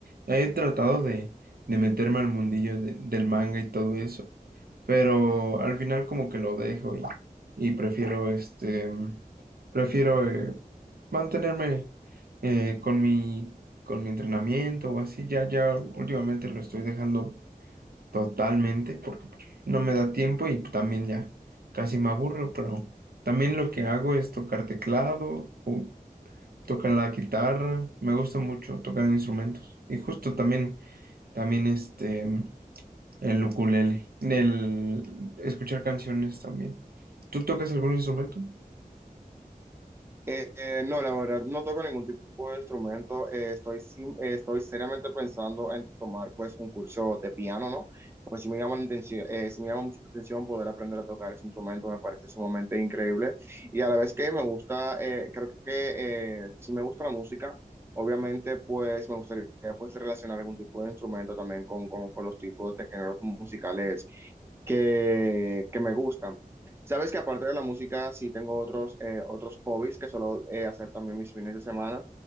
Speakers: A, on the right; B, on the right.
A: he tratado de, de meterme al mundillo de- del manga y todo eso pero al final como que lo dejo y, y prefiero este, mm, prefiero eh, mantenerme eh, con mi, con mi entrenamiento o así, ya, ya últimamente lo estoy dejando totalmente porque pues, no me da tiempo y pues, también ya casi me aburro, pero también lo que hago es tocar teclado o tocar la guitarra, me gusta mucho tocar instrumentos y justo también, también este... mm, el ukulele. El escuchar canciones también. ¿Tú tocas algún instrumento?
B: Eh, eh, no, la verdad, no toco ningún tipo de instrumento. Eh, estoy, sim- eh, estoy seriamente pensando en tomar pues un curso de piano, ¿no? Pues si me llama la atención eh, sí me llama mucho la atención poder aprender a tocar ese instrumento, me parece sumamente increíble. Y a la vez que me gusta, eh, creo que eh, si me gusta la música, obviamente pues me gustaría pues relacionar algún tipo de instrumento también con, con, con los tipos de géneros musicales que, que me gustan. Sabes que aparte de la música, sí tengo otros, eh, otros hobbies que suelo eh, hacer también mis fines de semana,